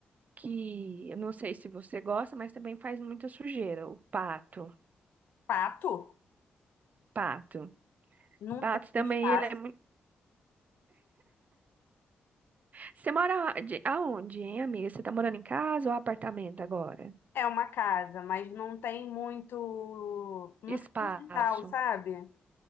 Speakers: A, on the right; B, on the left.
A: que eu não sei se você gosta, mas também faz muita sujeira, o pato.
B: Pato?
A: Pato.
B: Não
A: Pato
B: tem
A: também,
B: espaço.
A: ele é muito. Você mora de- aonde, hein, amiga? Você tá morando em casa ou apartamento agora?
B: É uma casa, mas não tem muito. Não
A: Espaço.
B: tem muito quintal, sabe?